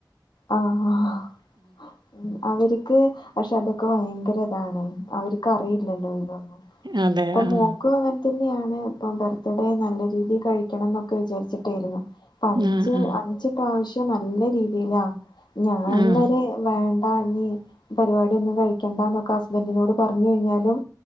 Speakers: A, on the left; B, on the right.
A: ആഹ് ആഹ് ഉം അവര്ക് ക്ക് പഷെതക്കെ വയ്ങ്കര്താണെ അവര്ക്കറിയ്ല്ലല്ലോ ഇതൊന്നും
B: അതെ
A: പ്പം
B: ആഹ്
A: മോക്ക്വാങ്ങനെ ത്ത്ന്നെയാണ്പ്പം ബർത്ത്ഡേ നല്ല രീതി കഴിക്കണന്നൊക്കെ വിചാര്ച്ചിട്ടാര്ന്നു അഞ്ച്
B: ആഹ്
A: അഞ്ച് പ്രാവശ്യം നല്ല രീതിയിലാ. ഞാൻ
B: ആഹ്
A: വെരെ വാ അങ്ങി പരിപാടിയൊന്നും കഴിക്കണ്ടേന്നൊക്കെ ഹസ്ബൻഡിനോട് പറഞ്ഞു കഴിഞ്ഞാലും.